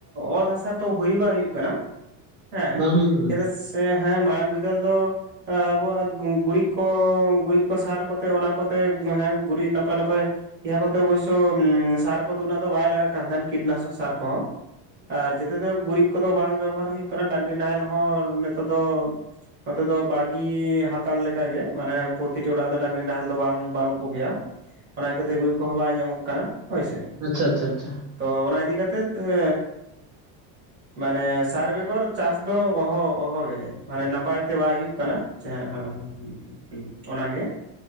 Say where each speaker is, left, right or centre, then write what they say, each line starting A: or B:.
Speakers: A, on the right (about 20°); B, on the right (about 45°).
A: ᱚᱛ ᱦᱟᱥᱟᱨᱮ ᱛᱚ ᱦᱳᱭ ᱵᱟᱝ ᱦᱩᱭᱩᱜ ᱠᱟᱱᱟ ᱦᱮᱸ
B: ᱵᱟᱝ ᱦᱩᱭᱩᱜ ᱠᱟᱱᱟ
A: ᱪᱮᱫᱟᱜ ᱥᱮ ᱦᱮᱸ ᱢᱟᱲᱟᱝ ᱵᱤᱫᱟᱹᱞ ᱫᱚ ᱟᱵᱚᱣᱟᱜ ᱜᱩᱨᱤᱡ ᱠᱚ ᱜᱩᱨᱤᱡ ᱠᱚ ᱥᱟᱨ ᱠᱚᱛᱮ ᱚᱱᱟ ᱠᱚᱛᱮ ᱦᱮᱸ ᱜᱩᱨᱤᱡ ᱱᱟᱯᱟᱭ ᱱᱟᱯᱟᱭ ᱤᱭᱟᱹ ᱠᱚᱛᱮ ᱚᱵᱚᱥᱥᱚ ᱥᱟᱨ ᱠᱚᱫᱚ ᱩᱱᱟᱹᱜ ᱫᱚ ᱵᱟᱭ ᱞᱟᱜᱟᱜ ᱠᱟᱱ ᱛᱟᱦᱮᱸᱱ ᱠᱤᱴᱱᱟᱥᱚᱠ ᱥᱟᱨ ᱠᱚᱦᱚᱸ ᱟᱨ ᱡᱮᱫᱮ ᱫᱚ ᱜᱩᱨᱤᱡ ᱠᱚᱫᱚ ᱵᱟᱝ ᱵᱮᱵᱚᱦᱟᱨ ᱦᱩᱭᱩᱜ ᱠᱟᱱᱟ ᱰᱟᱝᱨᱤ ᱱᱟᱦᱮᱞ ᱦᱚᱸ ᱱᱤᱛᱚᱜ ᱫᱚ ᱱᱚᱛᱮ ᱫᱚ ᱵᱟᱹᱜᱤ ᱦᱟᱛᱟᱲ ᱞᱮ ᱞᱮᱠᱟᱜ ᱜᱮ ᱢᱟᱱᱮ ᱯᱨᱚᱛᱤᱴᱤ ᱚᱲᱟᱜ ᱫᱚ ᱰᱟᱝᱨᱤ ᱱᱟᱦᱮᱞ ᱫᱚ ᱵᱟᱝ ᱵᱟᱹᱱᱩᱜ ᱠᱚᱜᱮᱭᱟ ᱚᱱᱟ ᱠᱷᱟᱹᱛᱤᱨ ᱜᱩᱨᱤᱡ ᱠᱚᱦᱚᱸ ᱵᱟᱭ ᱧᱟᱢᱚᱜ ᱠᱟᱱᱟ ᱦᱳᱭᱥᱮ
B: ᱟᱪᱪᱷᱟ ᱟᱪᱪᱷᱟ ᱟᱪᱪᱷᱟ
A: ᱛᱚ ᱚᱱᱟ ᱤᱫᱤ ᱠᱟᱛᱮᱫ ᱮ ᱢᱟᱱᱮ ᱥᱟᱨ ᱵᱮᱜᱚᱨ ᱪᱟᱥ ᱫᱚ ᱚᱦᱚ ᱚᱦᱚᱜᱮ ᱢᱟᱱᱮ ᱱᱟᱯᱟᱭ ᱛᱮ ᱵᱟᱭ ᱦᱩᱭᱩᱜ ᱠᱟᱱᱟ ᱪᱮᱦᱟᱜ ᱦᱮᱸ ᱦᱩᱸ ᱦᱩᱸ ᱚᱱᱟᱜᱮ